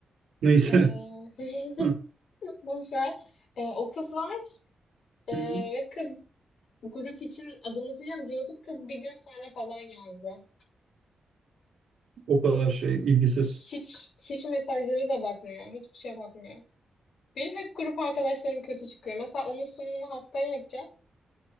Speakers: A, on the right; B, on the left.
A: Neyse.
B: E, <laughs>
A: <laughs> Hı,
B: boş ver. E, o kız var. E,
A: hı.
B: ve kız grup için adımızı yazıyorduk. Kız bir gün sonra falan yazdı.
A: O kadar şey ilgisiz.
B: Hiç hiç mesajları da bakmıyor. Hiçbir şeye bakmıyor. Benim hep grup arkadaşlarım kötü çıkıyor. Mesela onun sunumunu haftaya yapacağız.